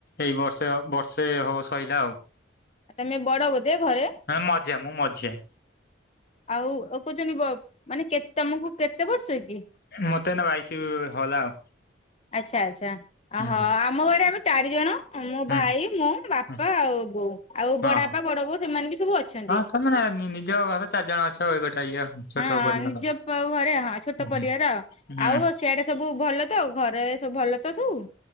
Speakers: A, on the left; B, on the left.
A: ଏଇ ବର୍ଷ ବର୍ଷେ ହବ ସଇଲା ଆଉ।
B: ଆଉ ତମେ ବଡ଼ ବୋଧେ ଘରେ?
A: ହଁ ମଝିଆ ମୁଁ ମଝିଆଁ।
B: ଆଉ ଆଉ କହୁଚନ୍ତି ବ ମାନେ କେ ତମକୁ କେତେ ବର୍ଷ କି?
A: ମତେ ଏନା ବାଇଶି ହଲା ଆଉ।
B: ଆଚ୍ଛା ଆଚ୍ଛା ଅ
A: ହୁଁ
B: ହ ଆମ ଘରେ ଆମେ ଚାରିଜଣ। ମୋ
A: ହୁଁ
B: ଭାଇ ମୁଁ ବାପା
A: ହୁଁ
B: ଆଉ ବୋଉ ଆଉ
A: ହଁ।
B: ବଡ ବାପା ବଡ ବୋଉ ସେମାନେ ବି ସବୁ ଅଛନ୍ତି।
A: ହଁ ତମେ ମାନେ ନିଜ ଘରେ ଚାରିଜଣ ଅଛ ଗୋଟେ ଇଏ ଆଉ। ଛୋଟ
B: ହଁ
A: ପରିବାର।
B: ନିଜ ପୁଆଉ ଘରେ ହଁ ଛୋଟ
A: ହୁଁ
B: ପରିବାର।
A: ହୁଁ ହୁଁ
B: ଆଉ ସିଆଡେ ସବୁ ଭଲ ତ ଘରେ ସବୁ ଭଲ ତ ସବୁ?